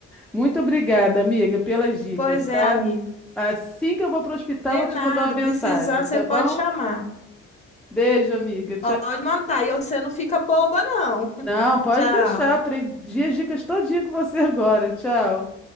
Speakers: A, in the centre; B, on the left.
A: Muito obrigada, amiga, pelas dicas,
B: Pois
A: tá?
B: é, amiga.
A: Assim que eu vou pro hospital,
B: De
A: vou
B: nada,
A: te mandar uma mensagem,
B: precisando,
A: tá
B: você
A: bom?
B: pode chamar.
A: Beijo, amiga. Tchau.
B: Pode mandar. E você não fica boba, não. <laughs>
A: Não, pode
B: Tchau.
A: deixar. Aprendi as dicas todinha com você agora. Tchau.